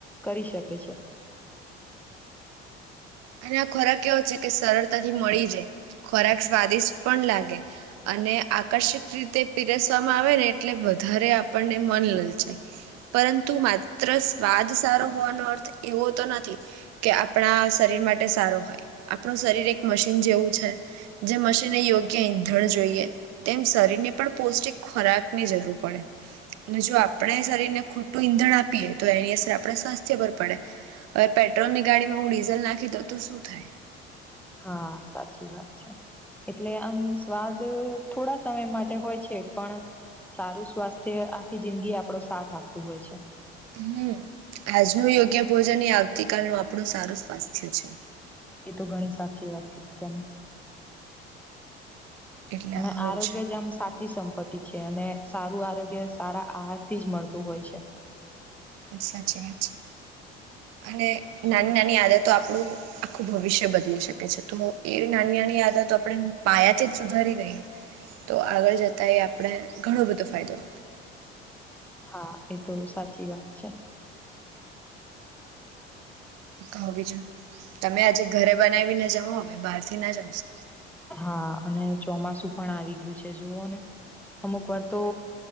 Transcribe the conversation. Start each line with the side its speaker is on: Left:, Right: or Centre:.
Centre: કરી શકે છે.
Right: અને આ ખોરાક એવો છે, કે સરળતાથી મળી જાય ખોરાક સ્વાદિષ્ટ પણ લાગે અને, આકર્ષિક રીતે પીરસવામાં આવે ને એટલે વધારે આપણને મન લલ જાય પરંતુ માત્ર સ્વાદ સારો હોવાનો અર્થ, એવો તો નથી કે આપણા શરીર માટે સારો હોય આપણું શરીર એક મશીન જેવું છે. જે મશીનને યોગ્ય ઈંધણ જોઈએ તેમ શરીરને પણ પૌષ્ટિક ખોરાકની જરૂર પડે અને, જો આપણે શરીર ને ખોટું ઈંધણ આપીએ તો એની, અસર આપણે સ્વાસ્થ્ય પર પડે હવે પેટ્રોલ ની ગાડીમાં હું ડીઝલ નાખી દઉ તો શું થાય
Centre: હા, સાચી વાત છે. એટલે આમ સ્વાદ થોડા સમય માટે હોય છે, પણ સારું સ્વાસ્થ્ય આખી જિંદગી આપડો સાથ આપતું હોય છે.
Right: હમ આજનું યોગ્ય ભોજન એ, આવતી કલનું આપણું સારું સ્વાસ્થ્ય છે
Centre: એ તો ઘણી સાચી વાત કીધી તમે
Right: એટલે
Centre: અને,
Right: આવું
Centre: આરોગ્ય
Right: છે
Centre: જેમ સાચી સંપત્તિ અને, સારું આરોગ્ય સારા આહાર થી જ મળતું હોય છે.
Right: સાચી વાત છે, અને નાની નાની આદતો આપણું. આખું ભવિષ્ય બદલી શકે છે, તો એ નાની નાની આદતો આપણે પાયાથી જ સુધારી દઈએ. તો આગળ જતાં એ, આપણે ઘણો બધો ફાયદો.
Centre: હા એ તો સાચી વાત છે.
Right: કહો બીજું તમે, આજે ઘરે બનાવીને જમો અમે બહાર થી ના જમશો
Centre: હા, અને ચોમાસું પણ આવી ગયું છે, જુઓ ને અમુક વાર તો.